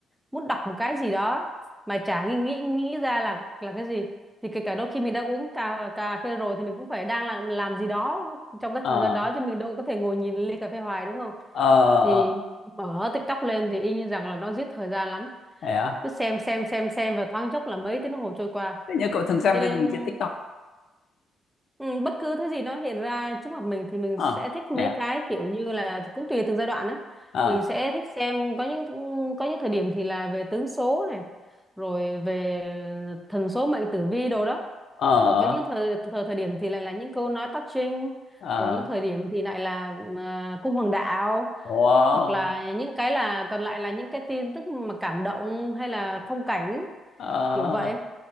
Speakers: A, in the centre; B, on the left (about 60°).
A: muốn đọc một cái gì đó mà chả nghĩ nghĩ nghĩ ra là là cái gì thì kể cả đôi khi mình đang uống cà cà phê rồi thì mình cũng phải đang làm làm gì đó trong cái
B: ờ
A: thời gian đó chứ mình đâu có thể ngồi nhìn ly cà phê hoài đúng không
B: ờ
A: thì
B: ờ
A: mở TikTok lên thì y như rằng là nó giết thời gian lắm
B: thế à
A: cứ xem xem xem xem và thoáng chốc là mấy tiếng đồng hồ trôi qua
B: thế nhưng cậu thường xem
A: cho nên
B: cái gì trên TikTok
A: Ừ, bất cứ thứ gì nó hiện ra trước mặt mình thì mình
B: ờ
A: sẽ thích mấy
B: thế à
A: cái kiểu như là cũng tùy từng giai đoạn á
B: ờ
A: mình sẽ thích xem có những có những thời điểm thì là về tướng số này rồi về thần số mệnh tử vi đồ đó
B: ờ
A: rồi có những thời thời, thời điểm thì lại là những câu nói touching
B: ờ
A: rồi những thời điểm thì lại là à, cung hoàng đạo
B: wow
A: hoặc là những cái là còn lại là những cái tin tức mà cảm động hay là phong cảnh
B: ờ
A: kiểu vậy